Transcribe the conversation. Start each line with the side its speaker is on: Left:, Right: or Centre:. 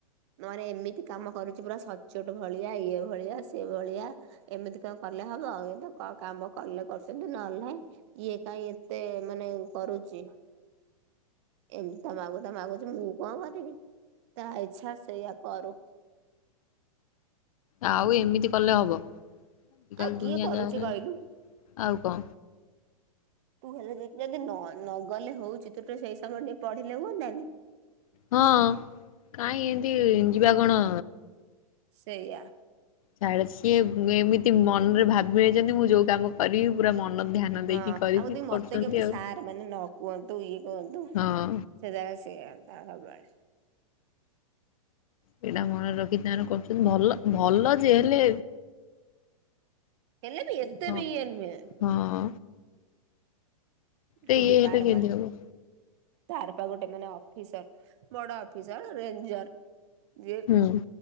Right: ନରେ ଏମିତି କାମ କରୁଛି ପୁରା ସଚୋଟ ଭଳିଆ, ଇଏ ଭଳିଆ, ସିଏ ଭଳିଆ ଏମିତି କଣ କଲେ ହବ ଆଉ ଏବେ କଣ କାମ କଲେ କରୁଛନ୍ତି ନହେଲେ ନାଇଁ, ଇଏ କାହିଁ ଏତେ ମାନେ କରୁଛି? ଏମତି ତା ମା କୁ ତ ମାଗୁଛି ମୁଁ କଣ କରିବି, ତା ଇଚ୍ଛା ସେୟା କରୁ।
Left: ଆଉ ଏମିତି କଲେ ହବ? ଆଜିକାଲି
Right: ଆ କିଏ
Left: ଦୁନିଆ
Right: କରୁଛି
Left: ଯାହା ହେଲାଣି
Right: କହିଲୁ?
Left: ଆଉ କଣ?
Right: ତୁ ହେଲେ ଯଦି ନ-ନଗଲେ ହଉଚି ତୁ ଟିକେ ସେଇ ସମୟ ଟିକେ ପଢିଲେ ହୁଅନ୍ତାନି?
Left: ହଁ, କାହିଁ ଏମତି ଯିବା କଣ
Right: ସେୟା।
Left: ଡା ସିଏ ଏମିତି ମନ ରେ ଭାବିବେ ଯଦି ମୁଁ ଯୋଉ କାମ କରିବି ପୁରା ମନ ଧ୍ୟାନ ଦେଇକି
Right: ହଁ
Left: କରିବି
Right: ଆଉ ଯଦି
Left: କରୁଛନ୍ତି
Right: ମତେ କେମିତି
Left: ଆଉ।
Right: ସାର୍ ମାନେ ନ କୁହନ୍ତୁ ଇଏ କୁହନ୍ତୁ।
Left: ହଁ
Right: ରେ ସେୟା ସବୁବେଳେ।
Left: ସେଇଟା ମନେରେ ରଖି ତାର କରୁଛନ୍ତି ଭଲ, ଭଲ ଯେ ହେଲେ
Right: ହେଲେ ବି ଏତେ
Left: ହଁ
Right: ବି ଇଏନୁହେଁ।
Left: ହଁ। ତ
Right: କିନ୍ତୁ
Left: ଇଏ ହେଇତ
Right: ତାର
Left: ତ କେମିତି
Right: ପା
Left: ହବ?
Right: ତାର ପା ଗୋଟେ ମାନେ ଅଫିସର ବଡ ଅଫିସର ରେଞ୍ଜର ଯେ,
Left: ହୁଁ